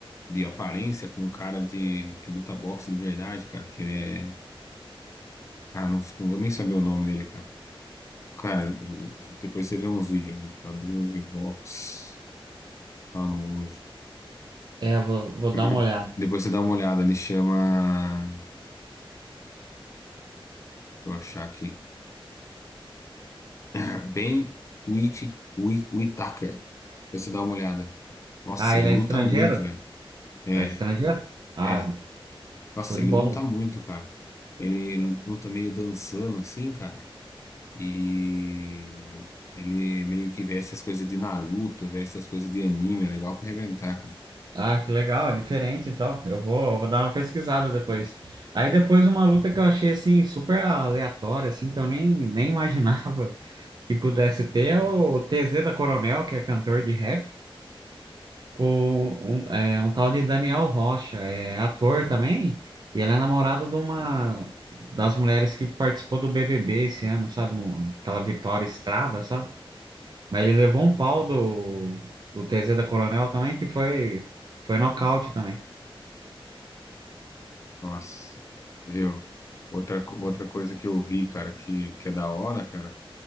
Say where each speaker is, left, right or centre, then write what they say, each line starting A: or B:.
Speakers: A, on the left; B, on the right.
A: de aparência com um cara de que luta boxe de verdade, cara, que ele é Ah, não, não vou nem saber o nome dele, cara. Cara, depois você vê uns vídeos, né? lutador de boxe famoso.
B: é, eu vou,
A: <laughs>
B: vou dar
A: Uhum.
B: uma olhada.
A: Depois você dá uma olhada, ele chama. Deixa eu achar aqui. <clears throat> Ben Whit- Whi- Whittaker. Depois você dá uma olhada. Nossa,
B: Ah, ele
A: ele luta
B: é estrangeiro?
A: muito, velho. É,
B: É estrangeiro? Ah,
A: é. Nossa,
B: show de
A: ele
B: bola.
A: luta muito, cara. Ele luta meio dançando, assim, cara. E ele meio que veste as coisas de Naruto, veste as coisas de anime. É legal pra arrebentar, cara.
B: Ah, que legal, é diferente então. Eu vou, eu vou dar uma pesquisada depois. Aí depois uma luta que eu achei assim super aleatória, assim, que eu nem, nem imaginava <laughs> que pudesse ter é o TZ da Coronel, que é cantor de rap. com um, é, um tal de Daniel Rocha, é ator também, e ele é namorada de uma das mulheres que participou do BBB esse ano, sabe? No- Aquela Vitória Estrada, sabe? Mas ele levou um pau do, do TZ da Coronel também, que foi, foi nocaute também.
A: Nossa, viu? Outra, co- outra coisa que eu vi, cara, que, que é da hora, cara.